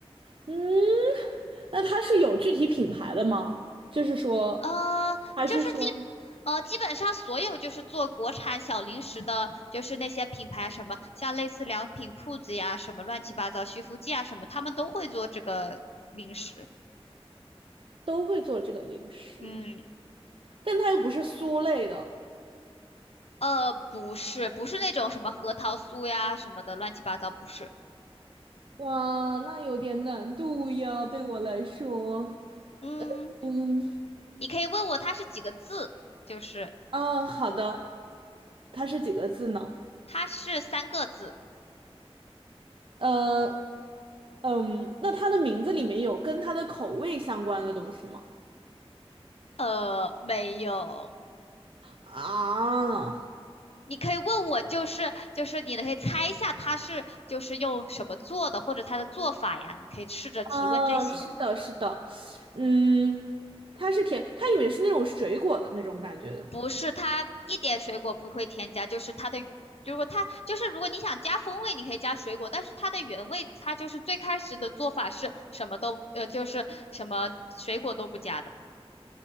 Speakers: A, on the right; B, on the left.
A: 嗯，那它是有具体品牌的吗？就是说，
B: 呃，
A: 还是说
B: 就是基呃基本上所有就是做国产小零食的，就是那些品牌什么，像类似良品铺子呀，什么乱七八糟徐福记啊什么，他们都会做这个零食。
A: 都会做这个零食？
B: 嗯，
A: 但它又不是酥类的，
B: 呃，不是，不是那种什么核桃酥呀什么的乱七八糟，不是。
A: 哇，那有点难度呀，对我来说。
B: 嗯，
A: 嗯，
B: 你可以问我它是几个字，就是
A: 啊，好的，它是几个字呢？
B: 它是三个字。
A: 呃，嗯，那它的名字里面有跟它的口味相关的东西吗？
B: 呃，没有。
A: 啊，
B: 你可以问我，就是就是你可以猜一下它是就是用什么做的，或者它的做法呀，你可以试着提问这些。
A: 啊，是的，是的，嗯，它是甜，它里面是那种水果的那种感觉的吗？
B: 不是它一点水果不会添加，就是它的，如果它就是如果你想加风味，你可以加水果，但是它的原味它就是最开始的做法是什么都呃就是什么水果都不加的，